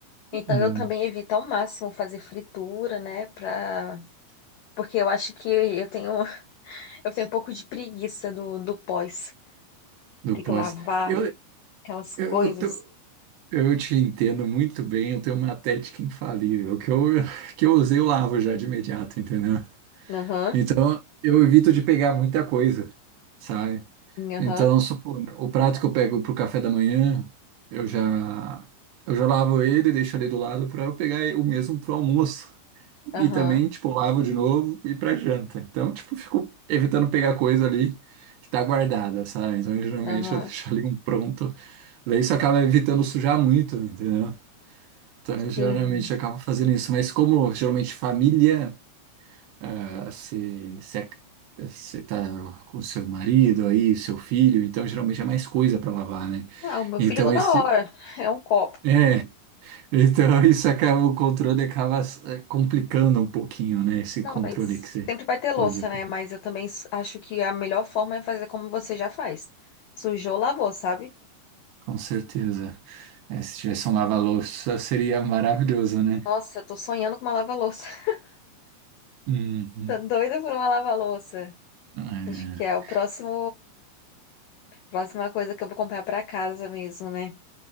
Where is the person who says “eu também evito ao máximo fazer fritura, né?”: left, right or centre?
Left